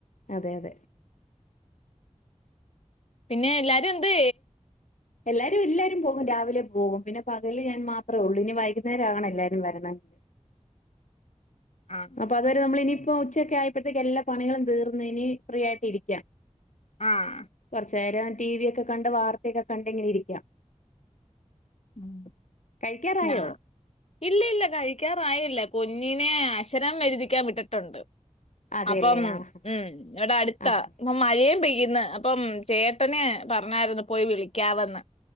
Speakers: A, on the left (about 80°); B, on the left (about 60°).
A: അതെയതെ
B: പിന്നെ എല്ലാരുഎന്തേ
A: എല്ലാരും എല്ലാരും പോകും രാവിലെ പോകും പിന്നെ പകല് ഞാൻ മാത്രേള്ളൂ ഇനി വൈകുന്നേരം ആകണം എല്ലാവരും വരണമെങ്കില്
B: ആ
A: അപ്പൊ അത് നമ്മളനിയിപ്പോ ഉച്ചക്കെ ആയപ്പോത്തേക്ക് എല്ലാ പണികും തീർന്ന് എനി ഫ്രീ ആയിട്ടിരിക്കാം
B: ആഹ്
A: കൊറച്ചേരം ടി വി ഒക്കെ കണ്ട് വാർത്തയൊക്കെ കണ്ടിങ്ങനെ ഇരിക്കാം
B: ഉം
A: കഴിക്കാറായോ
B: ഞാ ഇല്ലയില്ല കഴിക്കാറായില്ല കുഞ്ഞിനെ അശരം എഴുതിക്കാൻ വിട്ടിട്ടുണ്ട്
A: അതെല്ലേ
B: അപ്പം
A: ആഹ്
B: ഉം ഇവിടെടുത്താ
A: ആഹ്
B: ഇപ്പ മഴയും പെയ്യ്ന്ന് അപ്പം ചേട്ടന് പറഞ്ഞായിരുന്നു പോയി വിളിക്കാവെന്ന്